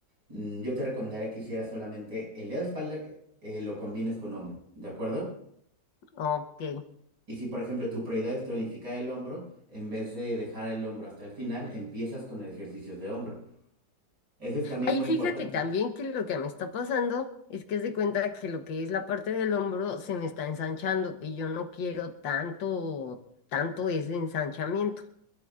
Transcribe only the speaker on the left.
Ok.
Ay,
fíjate
también que lo que me está pasando es que haz de cuenta que lo que es la parte del hombro se me está ensanchando y yo no quiero tanto, tanto ese ensanchamiento.